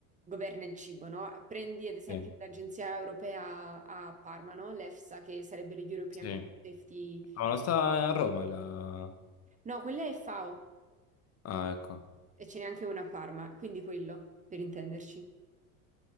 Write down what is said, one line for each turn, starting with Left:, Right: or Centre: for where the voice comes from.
Right: governa il cibo, no? Prendi ad esempio
Left: Sì.
Right: l'Agenzia Europea a Parma, no? L'EFSA, che sarebbe l'European
Left: Sì.
Right: Food Safety...
Left: Ah, non sta a Roma la...
Right: No, quella è FAO.
Left: Ah, ecco,
Right: E ce n'è anche una a Parma, quindi quello, per intenderci.